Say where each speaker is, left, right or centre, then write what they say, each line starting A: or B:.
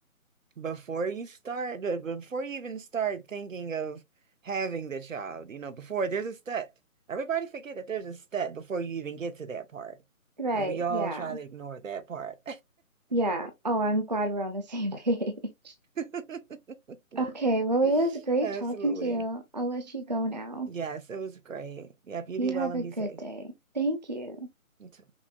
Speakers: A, on the right (about 65°); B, on the right (about 30°).
A: Before you start, b- before you even start thinking of having the child, you know, before there's a step. Everybody forget that there's a step before you even get to that part.
B: Right.
A: And we all
B: Yeah.
A: try to ignore that part.
B: Yeah. Oh, I'm glad we're on the same <laughs> page.
A: <laughs>
B: Okay. Well, it was
A: <laughs>
B: great
A: Absolutely.
B: talking to you. I'll let you go now.
A: Yes, it was great. Yep, you
B: You
A: be well
B: have
A: and
B: a good
A: be safe.
B: day. Thank you.
A: You too.